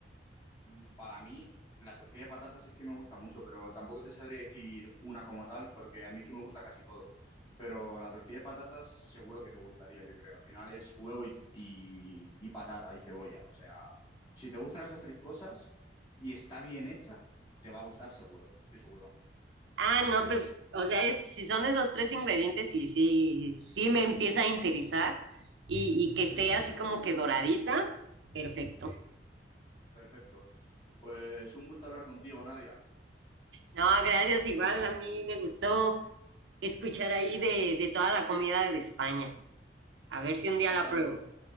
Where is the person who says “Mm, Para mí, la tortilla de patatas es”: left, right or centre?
Left